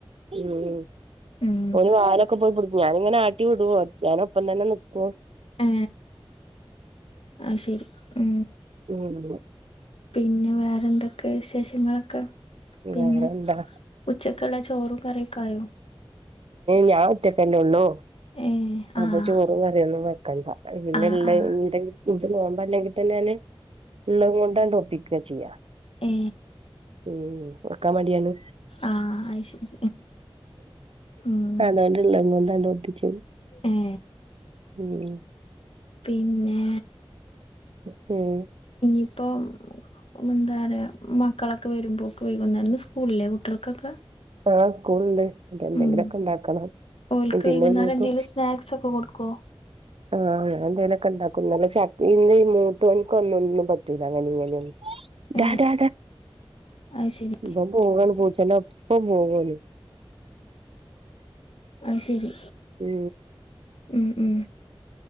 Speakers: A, on the right; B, on the left.
A: ഉം ഉം
B: ഉം
A: ഒരു വാല് ഒക്കെ പോയി പുടി ഞാനിങ്ങനെ ആട്ടി വിടു ഞാൻ ഒപ്പം തന്നെ നിക്കക്കോ
B: ആ ആയ് ശരി ഉ
A: ഉം
B: പിന്നെ വേറെ എന്തൊക്കെ വിശേഷങ്ങളൊക്കെ പിന്നെ
A: വേറെന്താ
B: ഉച്ചക്കുള്ള ചോറും കറി യോക്കായോ
A: ഞാൻ ഒറ്റയ്ക്ക് അല്ലേ ഉള്ളൂ
B: ഏ ആഹ്
A: അപ്പൊ ചോറും കറിയൊന്നും വെക്കണ്ട പിന്നെള്ള
B: ആഹ് ആഹ്
A: എന്തെ ഇത് മോൻ അല്ലെങ്കിൽ തന്നൊന് ഉള്ളത് കൊണ്ട് ഒപ്പിക്കുക ചെയ
B: ഹേ
A: ഉം വക്കാൻ മടിയാണ്
B: ആഹ് അത് ശരി ഉം
A: അതുകൊണ്ടല്ല അതുകൊണ്ടാണ <unintelligible>
B: ഏ
A: ഉം
B: പിന്നെ
A: ഹും
B: ഇപ്പൊ എന്താ പറയാ മക്കളൊക്കെ വരുമ്പോ ഓക്കെ വൈകുന്നേരംസ്കൂളില്ലേ കുട്ടികൾക്കൊക്കെ
A: ആ സ്കൂൾ ഉണ്ട് എന്തെങ്കിലും
B: ഉം
A: ഒക്കെ ഉണ്ടാക്കണം
B: ഓൽക്ക്
A: പിന്നെ
B: വൈകുന്നേരം
A: ഇനിയിപ്പോ
B: എന്തെങ്കിലും സ്നാക്സ് ഒക്കെ കൊടുക്കോ
A: ആ എന്തേങ്കലൊക്കെ ഉണ്ടാക്കല്ല ഇന്നലെ ചക്ക മൂത്തോൻക്ക് അവിന് ഒന്നും അങ്ങനെ ഇങ്ങനെ ഒന്നും പറ്റൂല അങ്ങനെ ഇങ്ങനെയൊന്നും ഡാ
B: ഏ
A: ഡാ
B: അത് ശരി
A: ഇവൻ പോകുവാന് പൂച്ചന്റെ ഒപ്പം പോവാണ്
B: ആയ് ശരി
A: ഉം
B: ഉം ഉം